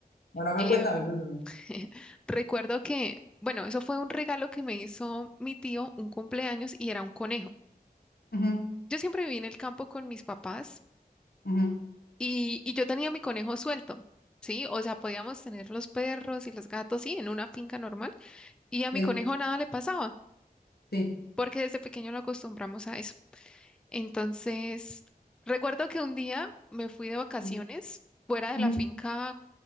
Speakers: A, on the left; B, in the centre.
A: Bueno, a ver,
B: Eh,
A: cuéntame, cuéntame.
B: <laughs> recuerdo que, bueno, eso fue un regalo que me hizo mi tío un cumpleaños y era un conejo.
A: Ujú,
B: Yo siempre viví en el campo con mis papás
A: ujú.
B: y, y yo tenía mi conejo suelto, ¿sí? O sea, podíamos tener los perros y los gatos, sí, en una finca normal y a mi
A: Sí,
B: conejo nada le pasaba
A: sí.
B: porque desde pequeño lo acostumbramos a eso. Entonces, recuerdo que un día me fui de vacaciones
A: sí.
B: fuera de
A: Ujú.
B: la finca,